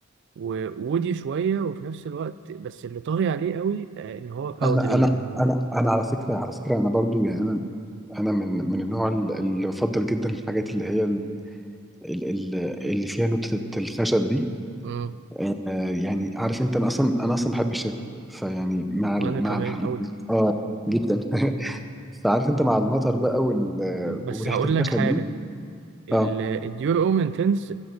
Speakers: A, on the right; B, in the centre.
A: وودي شوية وفي نفس الوقت بس اللي طاغي عليه قوي آه، ان هو باودري
B: انا انا
A: يعني
B: انا انا على فكره على فكره انا برضو يعني انا انا من من النوع ال- اللي بفضل جدا الحاجات اللي هي ال- ال- ال- اللي فيها نوتة الخشب دي
A: امم
B: آه، يعني عارف انت انا اصلا انا اصلا بحب الشتاء فيعني مع
A: وانا
B: ال...
A: كمان
B: مع الح...
A: قوي
B: اه جدا <laughs> فعارف انت مع المطر بقى وال...
A: <laughs> بس
B: وريحه
A: هقول
B: الخشب
A: لك حاجة
B: دي
A: ال-
B: اه
A: الديور اوم انتنس